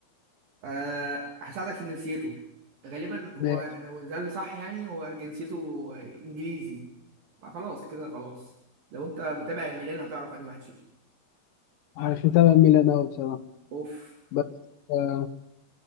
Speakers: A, on the right; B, on the left.
A: آه هساعدك في جنسيته غالبا هو
B: ماشي
A: لو ده اللي صح يعني هو جنسيته انجليزي ما خلاص كده خلاص لو انت متابع الميلان هتعرف انهي واحد فيهم
B: عارف متابع ميلان أوي بصراحة
A: اوف
B: بس آه